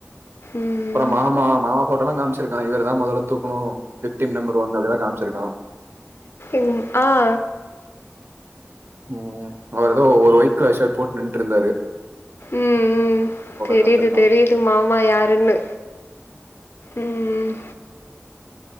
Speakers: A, on the left (about 65°); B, on the right (about 60°).
A: ம்.
B: அப்றொ மாமா மாமா ஃபோட்டொலா காமிச்சிருக்கா இவர தா மொதல்ல தூக்கணு விக்டிம் நம்பர் ஒன் அப்டில்லா காமிச்சிருக்கா
A: ம் ஆ
B: ம் அவரு ஏதோ ஒரு ஒய்ட் கலர் ஷர்ட் போட்டு நின்ட்டுருந்தாரு
A: ம் ம் தெரிது
B: காமிச்சிருக்கான்
A: தெரிது மாமா யாருன்னு ம் ம்